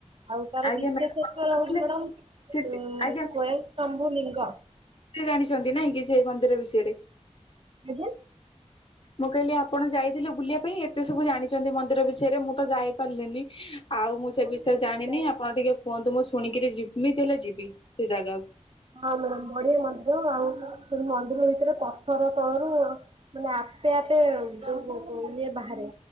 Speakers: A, on the right (about 50°); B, on the left (about 50°).
A: ଆଉ ତାର
B: ଆଜ୍ଞା
A: ବିଶେଷତ୍ଵ
B: ମ୍ୟାଡାମ ଆପଣ
A: ହଉଛି
B: ଥିଲେ
A: ମ୍ୟାଡାମ
B: ସେଠି
A: ଅଁ
B: ଆଜ୍ଞା
A: ସ୍ଵୟଂସମ୍ଭୁ ଲିଙ୍ଗ।
B: ଜାଣିଛନ୍ତି ନାଇଁ କି ସେ ମନ୍ଦିର ବିଷୟରେ।
A: ଆଜ୍ଞା।
B: ମୁଁ କହିଲି ଆପଣ ଯାଇଥିଲେ ବୁଲିବା ପାଇଁ ଏତେ ସବୁ ଜାଣିଛନ୍ତି ମନ୍ଦିର ବିଷୟରେ ମୁଁ ତ ଯାଇପାରିଲିନି। ଆଉ ମୁଁ
A: ହଁ
B: ସେ ବିଷୟ
A: ମ୍ୟାଡ଼ାମ
B: ଜାଣିନି
A: ମୁଁ ଯାଇଥିଲି
B: ଆପଣ ଟିକେ
A: ମନ୍ଦିର।
B: କୁହନ୍ତୁ ମୁଁ ଶୁଣିକିରି ଯେମିତି ହେଲେ ଯିବି ସେ ଜାଗା।
A: ହଁ ମ୍ୟାଡ଼ାମ ବଢ଼ିଆ ମନ୍ଦିର ଆଉ ସେ ମନ୍ଦିର ଭିତରେ ପଥର ତଳରୁ ମାନେ ଆ ଆପେ ଆପେ ଯୋଉ କ କ ଇଏ ବାହାରେ